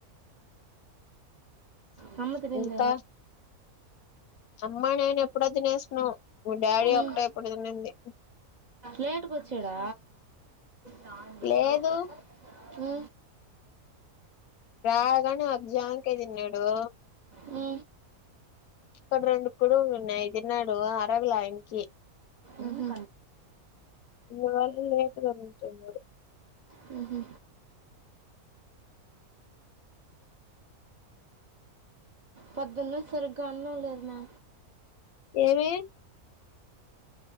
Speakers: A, on the right; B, on the left.
A: ఆ అమ్మ తినింద,
B: ఇంకా అమ్మ నేను ఎప్పుడో తినేసినాం డాడీ
A: ఉ
B: ఒకటే ఇప్పుడు తినింది
A: లేటుక్ వచ్చాడా. రా
B: లేదు
A: లోక హు
B: రాగానె ఒకజ్జాంకాయ్ తిన్నాడు.
A: ఉ
B: అక్కడ రెండు కుడువులు ఉన్నాయ్, అయ్ తిన్నాడు అరగల ఆయన్కి
A: ఉహు,
B: వాళు లేట్గా నించున్నారు.
A: హుహు, పొద్దున్నుంసరిగ్గ అన్నం లేద్ మె
B: ఏమి